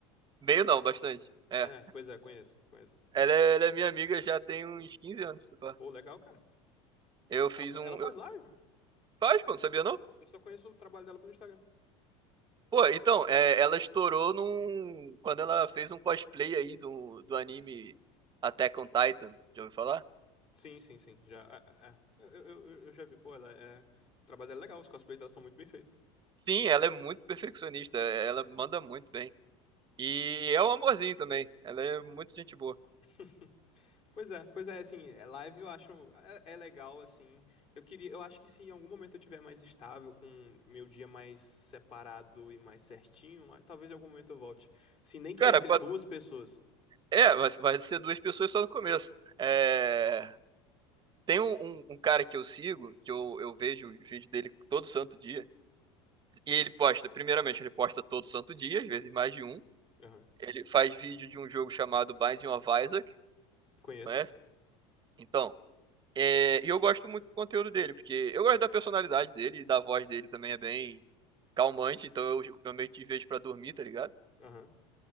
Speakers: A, on the right (about 30°); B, on the left (about 40°).
A: Meio não, bastante. É.
B: É, pois é, conheço, conheço.
A: Ela é, ela é minha amiga já tem uns 15 anos, se pá.
B: Pô, legal, cara.
A: Eu fiz
B: Ela, fa-
A: um.
B: ela faz
A: eu-
B: live.
A: Faz, pô, não sabia não?
B: Eu só conheço o trabalho dela pelo Instagram.
A: Pô, então, é, ela estourou num. Quando ela fez um cosplay aí do, do anime Attack on Titan, já ouviu falar?
B: Sim, sim, sim. Já, é, é. é. Eu, eu, eu eu já vi, pô, ela é... O trabalho dela é legal, os cosplays dela são muito bem feitos.
A: Sim, ela é muito perfeccionista, é, ela manda muito bem. E é um amorzinho também. Ela é muito gente boa.
B: <laughs> Pois é, pois é, assim, é, live eu acho, é, é legal, assim, eu queria, eu acho que se em algum momento eu tiver mais estável, com meu dia mais separado e mais certinho, ah, talvez em algum momento eu volte, assim, nem que
A: Cara,
B: entre
A: pode-
B: duas pessoas,
A: é, vai, vai ser duas pessoas só no começo. É, tem um, um- um cara que eu sigo, que eu, eu vejo os vídeos dele todo santo dia. E ele posta, primeiramente, ele posta todo santo dia, às vezes mais de um.
B: aham,
A: Ele faz vídeo de um jogo chamado Binding of Isaac,
B: Conheço,
A: conhece? Então, é, e eu gosto muito do conteúdo dele, porque eu gosto da personalidade dele e da voz dele também é bem calmante, então eu, eu meio que vejo pra dormir, tá ligado?
B: aham,